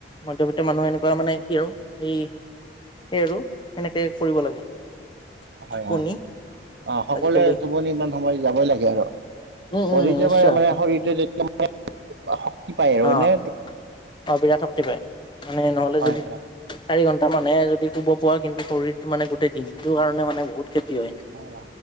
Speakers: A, on the left; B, on the right.
A: মধ্যবিত্ত মানুহে এনেকুৱা মানে কি আৰু এই স আৰু সেনেকৈ কৰিব লাগে
B: হয়
A: টোপনি
B: হয় অ সকলোৱে
A: আজিকালি
B: টোপনি ইমান সময় যাবই লাগে আৰু
A: উম
B: বডিতে
A: উম নিশ্চয়
B: মানে মানে শৰীৰটো মে শক্তি পায় আৰু
A: অ
B: হয়নে
A: অ বিৰাট শক্তি পায় মানে নহলে
B: হয়
A: যদি চাৰি ঘন্টা মানে যদি শুব পোৱা কিন্তু শৰীৰটো মানে গোটেই দিনটোৰ কাৰণে মানে বহুত খ্ষতি হয়
B: হয়